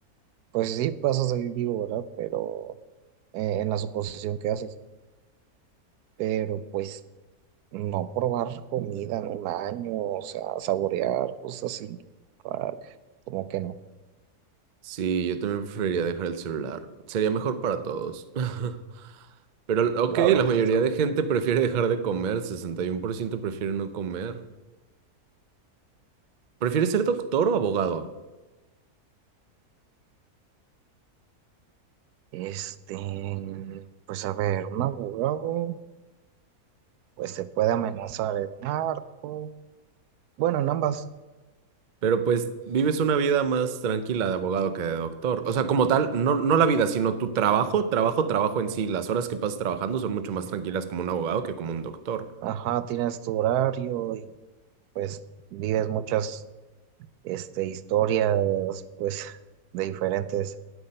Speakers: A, on the right; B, on the right.
A: Pues sí, vas a salir vivo, ¿verdad? Pero eh, en la suposición que haces. Pero pues no probar comida en un año, o sea, saborear cosas así, ah, como que no,
B: Sí, yo también preferiría dejar el celular. Sería mejor para todos. <laughs> Pero, ok,
A: la verdad.
B: la mayoría de gente prefiere dejar de comer. 61% prefiere no comer. ¿Prefiere ser doctor o abogado?
A: Este, pues a ver, un abogado, pues se puede amenazar el narco. Bueno, en ambas,
B: Pero pues vives una vida más tranquila de abogado que de doctor. O sea, como tal, no, no la vida, sino tu trabajo, trabajo, trabajo en sí. Las horas que pasas trabajando son mucho más tranquilas como un abogado que como un doctor.
A: ajá, tienes tu horario y pues vives muchas, este, historias, pues, de diferentes,